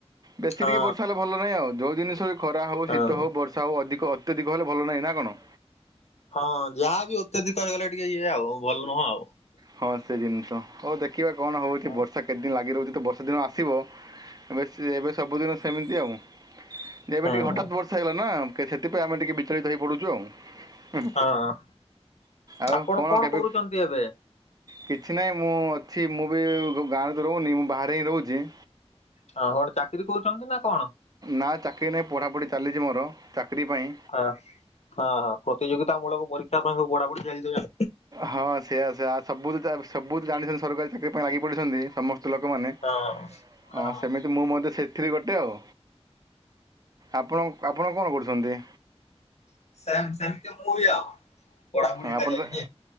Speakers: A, on the right; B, on the left.
A: ବେଶୀ
B: ହଁ
A: ଟିକେ ବର୍ଷା ହେଲେ ଭଲ ନାହିଁ ଆଉ। ଯଉ ଜିନଷ ଖରା ହଉ
B: ହଁ।
A: ଶୀତ ହଉ ବର୍ଷା ସେଉ ଅଧିକ ଅତ୍ୟଧିକ ହେଲେ ଭଲ ନାହିଁ ନା କଣ?
B: ହଁ ଯାହାବି ଅତ୍ୟଧିକ ହେଇଗଲେ ଟିକେ ଇଏ ଆଉ ଭଲ ନୁହଁ ଆଉ।
A: ହଁ ସେ ଜିନିଷ ହଉ ଦେଖିବା କଣ ହେଉଛି
B: ହଁ
A: ବର୍ଷା କେତେଦିନ ଲାଗି ରହୁଛି ତ ବର୍ଷା ଦିନ ଆସିବ। ଏବେ ଏବେ ସବୁଦିନ ସେମିତି ଆଉ। ଯେ ଏବେ
B: ହଁ
A: ଟିକେ ହଠାତ୍ ବର୍ଷା ହେଇଗଲା ନା ସେଥିପାଇଁ ଆମେ ଟିକେ ବିଚଳିତ ହୋଇପଡ଼ୁଛୁ ଆଉ।
B: ହଁ
A: ଆଉ
B: ଆପଣ
A: କଣ କେବେ?
B: କରୁଛନ୍ତି ଏବେ?
A: କିଛି ନାହିଁ ମୁଁ ଅଛି ମୁଁ ବି ଗାଁରେ ତ ରହୁନି ମୁଁ ବାହାରେ ହିଁ ରହୁଛି।
B: ହଁ କଣ ଚାକିରି କରୁଛନ୍ତି ନା କଣ?
A: ନା ଚାକିରି ନାହିଁ ପଢ଼ାପଢ଼ି ଚାଲିଛି ମୋର ଚାକିରରି ପାଇଁ।
B: ହଁ ହଁ ହଁ ପ୍ରତିଯୋଗିତା ମୂଳକ ପରୀକ୍ଷା ପାଇଁ ପଢା ପଢି ଚାଲିଥିବ।
A: ହଁ ସେଆା ସେ ସବୁ ସବୁ ତ ଜାଣିଛନ୍ତି ସରକାରୀ ଚାକିରି ପାଇଁ ଲାଗି ପଡ଼ିଛନ୍ତି ସମସ୍ତେ। ଲୋକମାନେ ଅ
B: ଆଉ। ହଁ ହଁ
A: ସେମିତି- ମୁଁ ମଧ୍ୟ ସେଥିରୁ ଗୋଟେ ଆଉ। ଆପଣ ଆପଣ କଣ କରୁଛନ୍ତି?
B: <unintelligible> ପଢାପଢି
A: ହଁ
B: ଏକା
A: ଆପଣ
B: ଚାଲିଛି।
A: ତ
B: ଯେ।